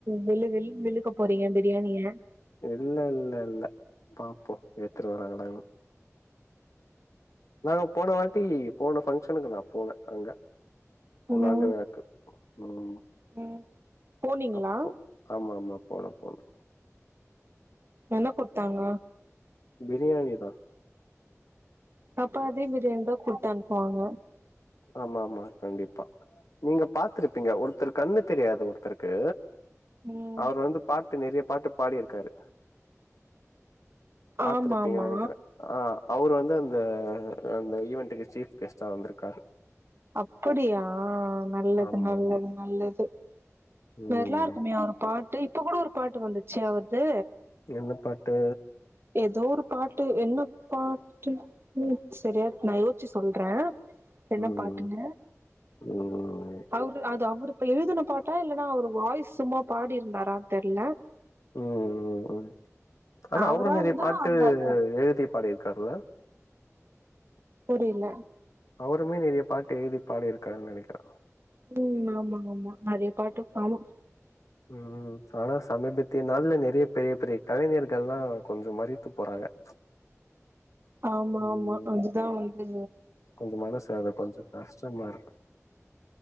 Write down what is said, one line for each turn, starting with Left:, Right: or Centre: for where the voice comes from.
Right: வெழு வெழுன் வெழுக்க போறிங்க பிரியாணிய
Left: இல்ல இல்ல இல்ல பாப்போ எடுத்துட்டு வறாங்களாணு நாங்க போன வாட்டி போன பங்ஷனுக்கு நா போல அங்க பூன்னாண்டு
Right: ம்
Left: வேக்கு ம்
Right: ம் போனீங்களா
Left: அப்போ ஆமா ஆமா போனே போனே
Right: என்ன குடுத்தாங்க
Left: பிரியாணி தா
Right: அப்ப அதே பிரியாணி தா குடுத்தனுப்புவாங்க
Left: ஆமா ஆமா கண்டிப்பா நீங்க பாத்ருப்பீங்க ஒருத்தரு கண்ணு தெரியாது ஒருத்தருக்கு
Right: ம்
Left: அவரு வந்து பாத்து நெறய பாட்டு பாடியிருக்காரு பாத்திருப்பீங்கன்
Right: ஆமாமா
Left: நெனைக்கிறே ஆ அவரு வந்து அந்த அந்த ஈவென்டுக்கு சீப் கெஸ்ட்டா வந்திருக்காரு
Right: அப்படியா நல்லது
Left: ஆமா
Right: நல்லது
Left: ஆமா
Right: நல்லது
Left: ம்
Right: வெரல்லா இருக்குமே அவரு பாட்டு இப்ப கூட ஒரு பாட்டு வந்துச்சு அவர்து
Left: என்ன பாட்டு
Right: எதோ ஒரு பாட்டு என்ன பாட்டு ம் செரியா நா யோஸ்ச்சி சொல்றே என்ன
Left: ம்
Right: பாட்டுங்க
Left: ம்
Right: அவங்ளு அது அவ்ரு இப்ப எழுதின பாட்டா இல்லன்னா அவரு வாய்ஸ் சும்மா பாடியிருந்தாரா தெர்ல
Left: ம் ம் ம் ஆனா
Right: அவரா
Left: அவரு நெறைய
Right: இருந்தா
Left: பாட்டு
Right: அவரு அத
Left: எழுதி பாடியிருகார்ல்ல
Right: புரிய்ல
Left: அவருமே நெறைய பாட்டு எழுதி பாடியிருக்காருன் நெனைக்கிறே
Right: ம் ஆமா ஆமா நெறைய பாட்டு ஆமா
Left: ம் ஆனா சமீபத்திய நாள்ல நெறைய பெரிய பெரிய கலைஞர்கள்லா கொஞ்சம் மரித்து போறாங்க <inaudible>
Right: ஆமா
Left: ம்
Right: ஆமா அதுதா வந்து
Left: கொஞ்சோ மனசு அத கொஞ்சோ கஷ்டமாருக்கு